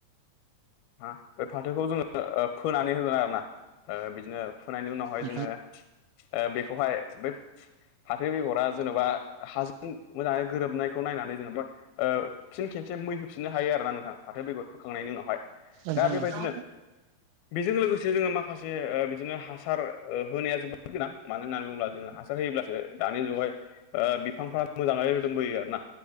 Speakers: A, on the left (about 80°); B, on the right (about 80°).
A: ओ बे फाथोखौ जोङो ओ फोनानै होगोन आरो ना ओ बिदिनो फोनायनि उनावहाय
B: औ नोंथां औ
A: जोङो ओ बेखौहाय बै फाथो बेगरा जेन'बा हाजों मोजांङै गोरोबनायखौ नायनानै जेनेवबा ओ फि खेबसे मै होफिननो हायो आरो ना नोंथां फाथो बेगर फोखांनायनि उनावहाय
B: नोंथां
A: दा
B: औ
A: बेबायदिनो
B: औ
A: बेजों लोगोसे जोङो माखासे ओ बिदिनो हासार ओ होनाया जोबोद गोनां मानो होननानै बुङोब्ला जोङो हासार होयोब्लासो दानि जुगावहाय ओ बिफांफ्रा मोजांङै रोदोमबोयो आरोना